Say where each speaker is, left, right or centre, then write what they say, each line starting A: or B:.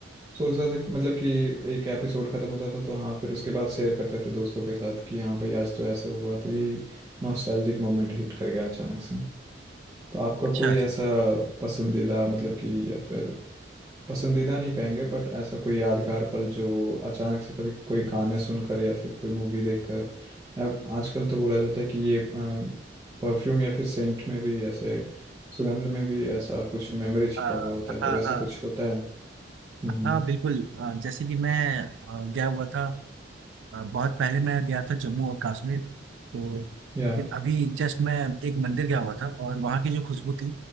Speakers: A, on the right (about 20°); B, on the right (about 80°).
A: सोच रहा था कि- मतलब कि एक एपिसोड खत्म होता था तो हाँ फिर उसके बाद शेयर करते थे दोस्तों के साथ कि हाँ भाई आज तो ऐसे हुआ तो यही नॉस्टैल्जिक मोमेंट हिट कर गया अचानक से तो आपका
B: अच्छा
A: कोई
B: अच्छा
A: ऐसा पसंदीदा मतलब कि या फिर पसंदीदा नहीं कहेंगे बट ऐसा कोई यादगार पल जो अचानक से कभी कोई गाने सुनकर या फिर कोई मूवी देखकर या आजकल तो बोला जाता है कि ये परफ्यूम या फिर सेंट में भी ऐसे सुगंध में भी ऐसा कुछ मेमोरी छिपा
B: आ,
A: हुआ होता है तो
B: हाँ
A: वैसे
B: हाँ
A: कुछ होता है हम्म
B: हाँ बिल्कुल आ, जैसे कि मैं आ, गया हुआ था अ, बहुत पहले मैं गया था जम्मू और कश्मीर तो
A: या
B: फिर अभी जस्ट मैं एक मंदिर गया हुआ था और वहाँ की जो खुशबू थी